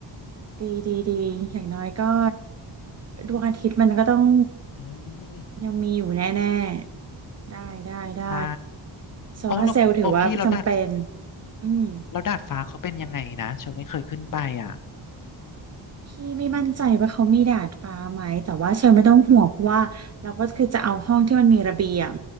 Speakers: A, on the right; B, on the left.
A: ดีดีดี อย่างน้อยก็ดวงอาทิตย์มันก็ต้อง
B: อืม
A: ยังมีอยู่แน่ๆได้ได้ได้
B: ใช่
A: โซลาร์เซลล์ถือว่าจำเป็น
B: อ๋อแล้เราโอ้พี่เราดาด
A: อืม
B: เราดาดฟ้าเขาเป็นยังไงนะเชลไม่เคยขึ้นไปอ่ะ
A: พี่ไม่มั่นใจว่าเขามีดาดฟ้าไหมแต่ว่าเชลไม่ต้องห่วงเพราะว่าเราก็คือจะเอาห้องที่มันมีระเบียง